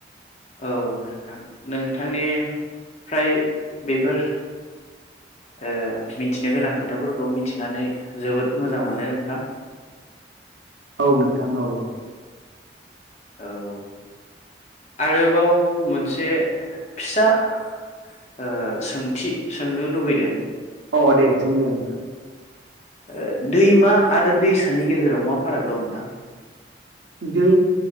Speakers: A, on the left; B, on the right.
A: औ नोंथां नोंथांनि फ्राय बेफोर ओ मिथिनो गोनां खोथाफोरखौ मिथिनानै जोबोद मोजां मोनो नोंथां
B: औ नोंथां औ औ
A: औ आरोबाव मोनसे फिसा ओ सोंथि सोंनो लुबैदों
B: अ दे सों दे नोंथां
A: ओ दैमा आरो दैसानि गेजेराव मा फाराग दं नोंथां?
B: दै